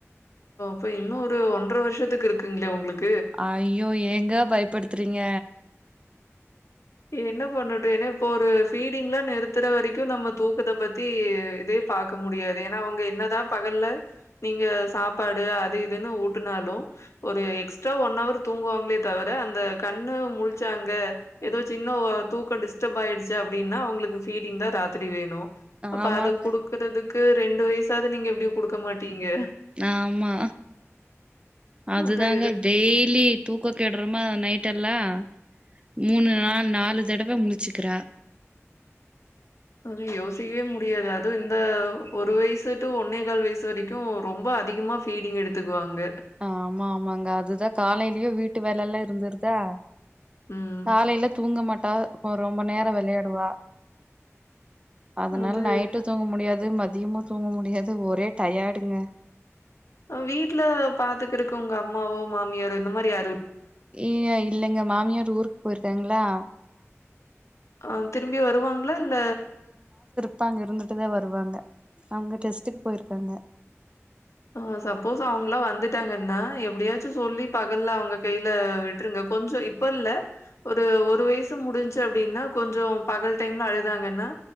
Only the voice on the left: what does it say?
இப்ப இன்னும் ஒரு ஒன்றரை வருஷத்துக்கு இருக்குங்களே உங்களுக்கு
என்ன பண்ணட்டு ஏன்னா இப்போ ஒரு ஃபீடிங்லாம் நிறுத்துற வரைக்கும் நம்ம தூக்கத்தை பத்தி இதே பார்க முடியாது ஏன்னா அவங்க என்னதா பகல்ல நீங்க சாப்பாடு அது இதுன்னு ஊட்டினாலும் ஒரு முழுச்சா ஒன்னவர் தூங்குவாங்களே தவிர அந்த கண்ணு முழுச்சாங்க அங்க ஏதோ சின்ன தூக்கம் டிஸ்டர்ப் ஆயிடுச்சு அப்படின்னா உங்களுக்கு ஃபீடிங் தான் ராத்திரி வேணும் அப்ப
அதை குடுக்குறதுக்கு ரெண்டு வயசாவது நீங்க எப்டி குடுக்க மாட்டீங்க?
அதான் இருக்
அத யோசிக்கவே முடியாது அதுவும் இந்த ஒரு வயசு டு ஒன்னே கால் வயசு வரைக்கும் ரொம்ப அதிகமா ஃபீடிங் எடுத்துக்குவாங்க
ம்.
அது
வீட்டுல பாத்துக்குறக்கு உங்க அம்மாவோ மாமியாரோ இந்த மாரிய
அஹ் திரும்பி வருவாங்களா இல்ல
ஆஹ் சப்போஸ் அவங்காம் வந்துட்டாங்கன்னா எப்படியாச்சும் சொல்லி பகல்ல அவங்க கையில விட்டுருங்க கொஞ்சம் இப்ப இல்ல ஒரு ஒரு வயசு முடிஞ்சு அப்படின்னா கொஞ்சம் பகல் டைம்ல அழுதாங்கன்னா